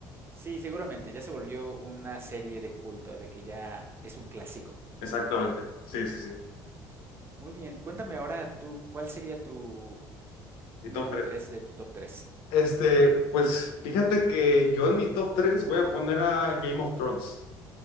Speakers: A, on the right (about 30°); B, on the left (about 85°).
A: sí, seguramente ya se volvió una serie de culto, de que ya es un clásico.
B: Exactamente. Sí, sí, sí.
A: Muy bien, cuéntame ahora tú, ¿cuál sería tu
B: Mi
A: número
B: top 3.
A: tres de tu top 3?
B: Este, pues fíjate que yo en mi top 3 voy a poner a Game of Thrones.